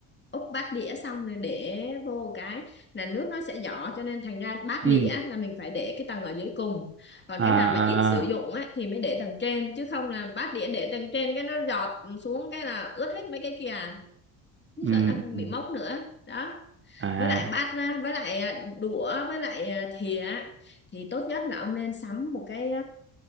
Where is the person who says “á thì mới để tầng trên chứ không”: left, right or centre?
Left